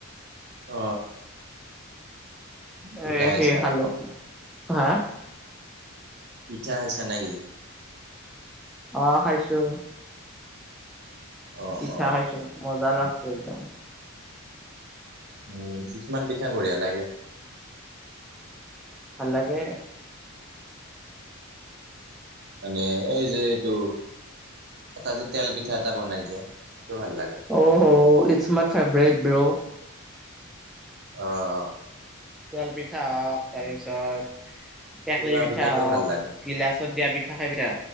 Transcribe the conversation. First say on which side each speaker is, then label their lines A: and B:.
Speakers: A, on the right; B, in the centre.
A: অ পিঠা
B: এ
A: খাইছা
B: সেই খালো হা।
A: পিঠা খাইছা নেকি।
B: অ খাইছো
A: অ
B: পিঠা
A: অ
B: খাইছো মজা লাগিছে একদম
A: উম কিছুমান পিঠা খাই বঢ়িয়া লাগে।
B: ভাল লাগে।
A: মানে এই যে এইটো এটা যে তেল পিঠা এটা বনাই যে সেইটো ভাল লাগে।
B: অ হ ইটছ মাই ফেভৰেট ব্ৰ'
A: অ অ,
B: তেল পিঠা হওক তাৰপিছত টেকলি
A: চুঙা
B: পিঠা
A: পিঠাটো
B: হওক।
A: ভাল লাগে
B: গিলাচত দিয়া পিঠা খাই পাইছা।